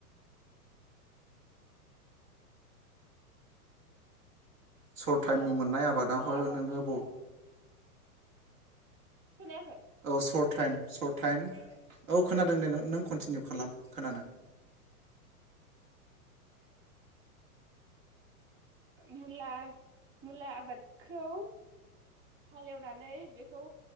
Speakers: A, on the right; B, on the right.
A: सर्ट
B: मुला
A: टाइमनि मोननाय आबादावहाय
B: मुला आबादखौ
A: नोङो ब
B: खोनायाखै।
A: औ सर्ट टाइम सर्ट टाइम औ खोनादों दे नों कन्टिनिउ खालाम खोनादों।
B: मुला-मुला आबादखौ। हालेवनानै बेखौ